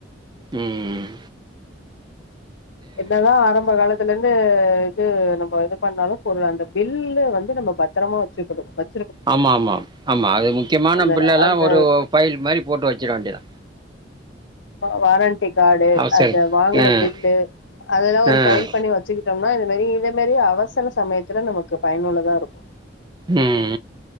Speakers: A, on the right; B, on the left.
A: ம் ம்
B: என்னதா ஆரம்ப காலத்துலெந்து இது நம்ப இது பண்ணாலு பொருள் அந்த பில்ல வந்து நம்ம பத்திரமா வச்சுக்கனு வச்
A: ஆமாமா ஆமா அது முக்கியமான
B: அந்த
A: பில் எல்லா
B: அந்த
A: ஒரு ஃபைல் மாரி போட்டு வச்சிட வேண்டியதா
B: வாரண்ட்டி கார்டு
A: அவசரம்
B: அத வாங்குன
A: ம்
B: பில்லு அதல்லா ஒரு
A: ம்
B: ஃபைல் பண்ணி வச்சுக்கிட்டம்னா இந்த மாரி இத மாரி அவசர சமயத்துல நமக்கு பயனுள்ளதா இருக்கு
A: ம்